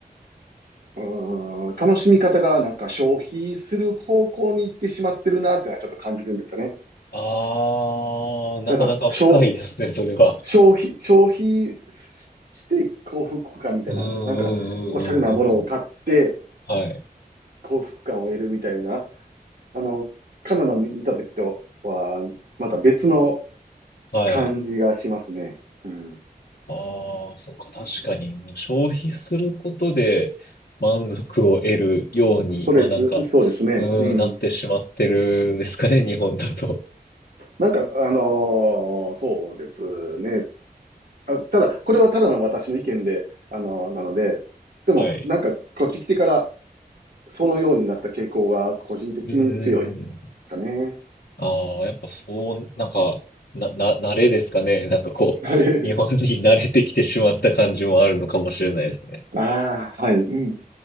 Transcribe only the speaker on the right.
うーん、楽しみ方がなんか消費する方向に行ってしまってるなってのはちょっと感じるんですよね。
なんか、消、
消費、消費しして幸福感みたいな、
なんか、おしゃれなものを買って
幸福感を得るみたいな、あの、カナダにいた時とは、また別の
感じがしますね。うん。
ストレス、
そうですね。
うん。
なんか、あのーそうですね。あ、ただ、これはただの私の意見で、あのーなので、でも、
なんか、こっち来てから、そのようになった傾向が個人的に強い
かね。
<laughs> はい。
ああ、はい。うん。